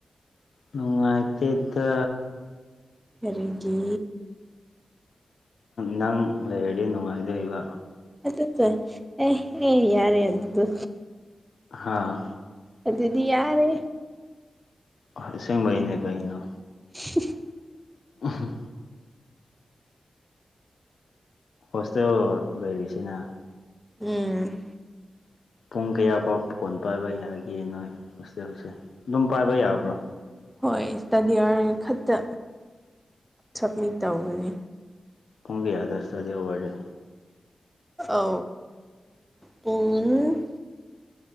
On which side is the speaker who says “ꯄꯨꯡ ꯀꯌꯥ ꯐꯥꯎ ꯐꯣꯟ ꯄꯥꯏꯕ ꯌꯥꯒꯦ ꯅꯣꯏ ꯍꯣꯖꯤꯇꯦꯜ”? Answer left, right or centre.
Left